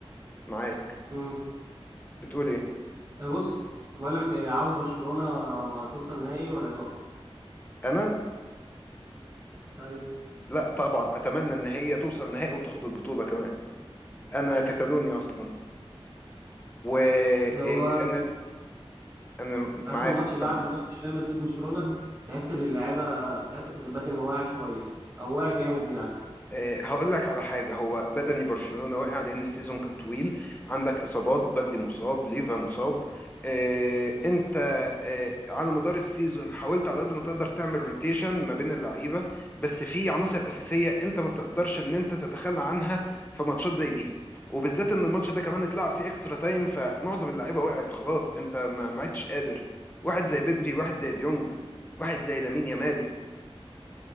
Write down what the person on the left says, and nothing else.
معاك
بتقول ايه
انا
لا طبعا اتمنى ان هي توصل نهائي وتاخد البطوله كمان انا كتالوني اصلا وانا
انا أنا معاك
سامع
آه، هقول لك على حاجة هو بدني برشلونة واقع لأن السيزون كان طويل عندك إصابات بلدي مصاب ليفا مصاب آه، أنت آه، على مدار السيزون حاولت على قد ما تقدر تعمل روتيشن ما بين اللعيبة بس في عناصر أساسية أنت ما تقدرش إن أنت تتخلى عنها في ماتشات زي دي وبالذات إن الماتش ده كمان اتلعب فيه إكسترا تايم فمعظم اللعيبة وقعت خلاص أنت ما ما عدتش قادر واحد زي بدري واحد زي ديونج واحد زي لامين يامال